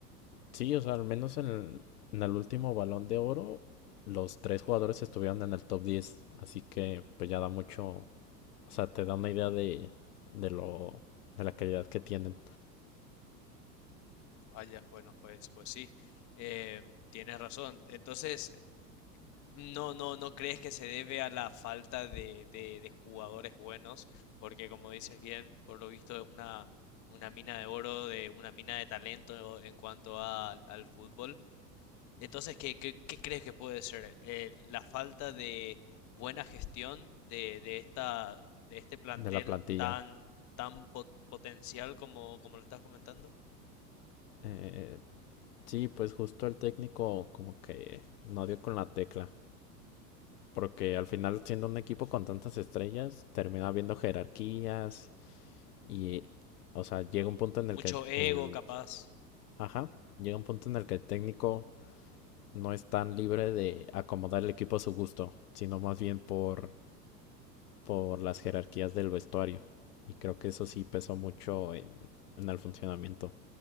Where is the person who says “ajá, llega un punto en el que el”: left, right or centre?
Left